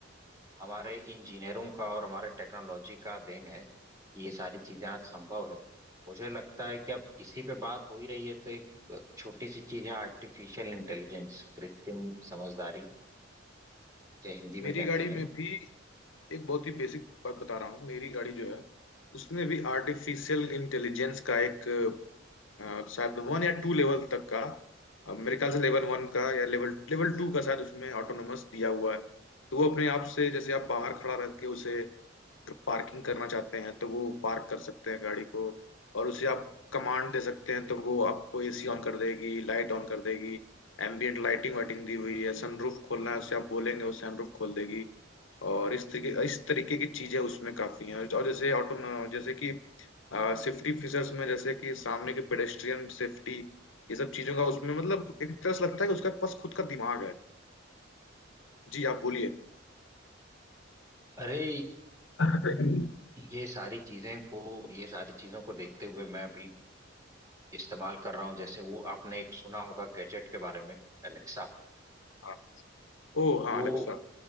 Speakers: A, on the right (about 15°); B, on the left (about 70°).
A: हमारे इंजीनियरों का और हमारे टेक्नोलॉजी का देन है कि ये सारी चीजें आज संभव है मुझे लगता है कि अब इसी पे बात हो ही रही है तो एक छोटी सी चीज है आर्टिफिशियल इंटेलिजेंस कृत्रिम समझदारी जो हिंदी में
B: मेरी
A: कहते
B: गाड़ी में
A: हैं
B: भी एक बहुत ही बेसिक बात बता रहा हूँ मेरी गाड़ी जो है उसमें भी आर्टिफिशियल इंटेलिजेंस का एक अ, शायद वन या टू लेवल तक का अ, मेरे ख्याल से लेवल वन का या लेवल लेवल टू का शायद उसमें ऑटोनोमस दिया हुआ है तो वो अपने आप से जैसे आप बाहर खड़ा रह के उसे पार्किंग करना चाहते हैं तो वो पार्क कर सकते हैं गाड़ी को और उसे आप कमांड दे सकते हैं तो वो आपको एसी ऑन कर देगी लाइट ऑन कर देगी एम्बियंट लाइटिंग वाइटिंग दी हुई है सनरूफ खोलना है उसे आप बोलेंगे वो सनरूफ खोल देगी और इस तरीके इस तरीके की चीजें उसमें काफी हैं और जैसे ऑटो जैसे कि सेफ्टी फीचर्स में जैसे कि सामने के पेडेस्ट्रियन सेफ्टी ये सब चीजों का उसमें मतलब एक तरह से लगता है कि उसका पास खुद का दिमाग है जी आप बोलिए
A: अरे
B: <laughs> हम्म
A: ये सारी चीजें को ये सारी चीजों को देखते हुए मैं अभी इस्तेमाल कर रहा हूँ जैसे वो आपने एक सुना होगा गैजेट के बारे में एलेक्सा
B: हाँ ओ हाँ
A: वो
B: अलेक्सा